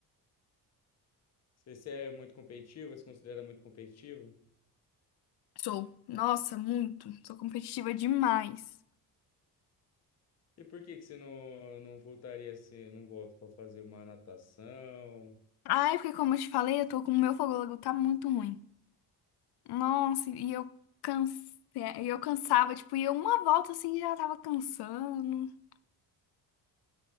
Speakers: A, on the left; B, on the left.
A: Você, você é muito competitivo, você se considera muito competitivo?
B: Sou. Nossa, muito. Sou competitiva demais.
A: E por que que você não, não voltaria assim, não volta pra fazer uma natação?
B: Ai, porque como eu te falei, eu tô com o meu fôlego tá muito ruim. Nossa, e eu canse... e eu cansava, tipo, ia uma volta assim e já tava cansando.